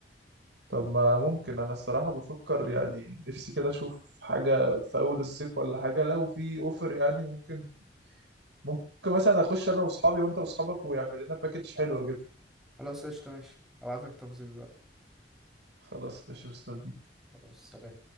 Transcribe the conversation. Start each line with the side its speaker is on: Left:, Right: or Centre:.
Right: طب ما ممكن أنا الصراحة بفكر يعني نفسي كده أشوف حاجة في أول الصيف ولا حاجة لو في اوفر يعني ممكن ممكن مثلا أخش أنا وأصحابي وأنت وأصحابك ويعمل لنا باكج حلوة كده
Centre: خلاص قشطة ماشي ابعت لك التفاصيل دلوقتي
Right: خلاص ماشي مستنيك
Centre: خلاص سلام